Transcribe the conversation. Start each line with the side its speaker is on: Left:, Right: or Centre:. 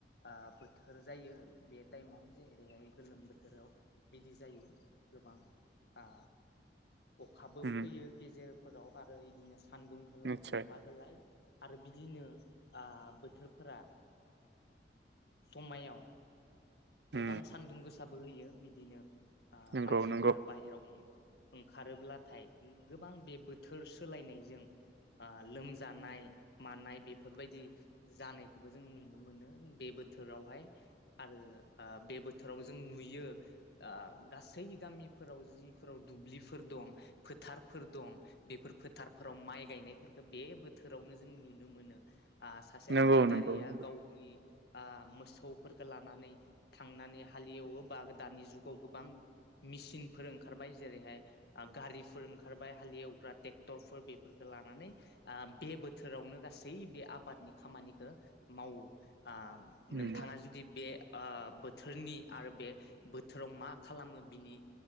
Left: ओ बोथोर जायो बे ताइमाव जेरैहाय गोलोम बोथोराव बिदि जायो गोबां आ अखाबो
Right: उम
Left: फैयो गेजेरफोराव आरो इदिनो। सान्दुं होलाय
Right: निस्सय
Left: अ अखा होलाय आरो बिदिनो। ओ बोथोरफोरा समायाव
Right: उम
Left: गोबां सान्दुं गोसाबो होयो बि बिदिनो। आ
Right: नंगौ
Left: मानसिफोरा
Right: नंगौ
Left: बाहेरायाव ओं ओं। खारोब्लाथाय गोबां बे बोथोर सोलायनायजों ओ लोमजानाय मानाय बेफोरबायदि जानायखौबो जों नुनो मोनो बे बोथोरावहाय आरो। ओ बे बोथोराव जों नुयो ओ गासै गामिफोराव जिफोराव दुब्लिफोर दं फोथारफोर दं बेफोर फोथारफोराव माइ गायनायफोरखौ बे बो थोरावनो जों नुनो मोनो आ सासे
Right: नंगौ
Left: आबादारिया
Right: नंगौ नंगौ
Left: गावनि। ओ मोसौफोरखो लानानै। थांनानै हालेवो बा दानि जुगाव गोबां मिसिनफोर ओंखारबाय जेरैहाय गारिफोर ओंखारबाय हालएवग्रा ट्रेक्टरफोर बेफोरखौ लानानै आम बे बोथोरावनो गासै बे आबादनि खामानिखौ मावो। आम
Right: उम
Left: नोंथाङा जुदि बे आ बोथोरनि आरो बे बोथोराव मा खालामो बिनि